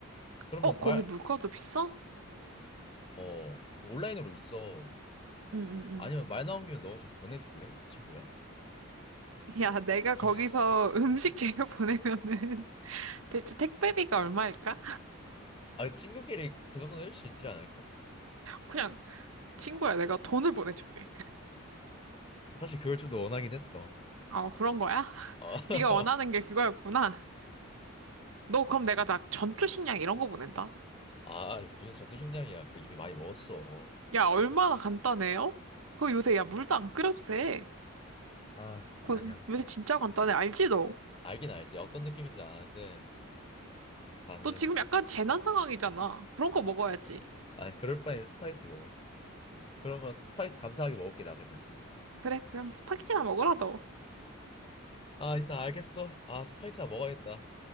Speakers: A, on the left; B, on the right.
A: 그러면
B: 어, 거기
A: 말
B: 물가도 비싸?
A: 어, 그 온라인으로 있어.
B: 응응응.
A: 아니면 말 나온 김에 너가 좀 보내줄래? 친구야?
B: 야, 내가 거기서
A: 아,
B: <laughs> 음식
A: <laughs>
B: 재료 보내면은 <laughs> 대체 택배비가 얼마일까?
A: 아니, 친구끼리 그 정도는 해줄 수 있지 않을까?
B: 그냥 친구야, 내가 돈을 보내줄게.
A: 사실 그걸 좀 더 원하긴 했어.
B: 어, 그런 거야? <laughs>
A: 아,
B: 네가 원하는
A: <laughs>
B: 게 그거였구나. 너 그럼 내가 나 전투 식량 이런 거 보낸다.
A: 아, 무슨 전투식량이야. 그 이미 많이 먹었어.
B: 야, 얼마나 간단해요? 그거 요새 야 물도 안 끓여도 돼.
A: 아,
B: 그거
A: 아니야.
B: 요새 진짜 간단해. 알지 너?
A: 알긴 알지. 어떤 느낌인지 아는데 나는
B: 너 지금 약간 재난 상황이잖아. 그런 거 먹어야지.
A: 아니 그럴 바엔 스파게티 먹어. 그러면 스파게티 감사하게 먹을게 나 그냥.
B: 그래, 그냥 스파게티나 먹으라 너.
A: 아, 일단 알겠어. 아, 스파게티 나 먹어야겠다.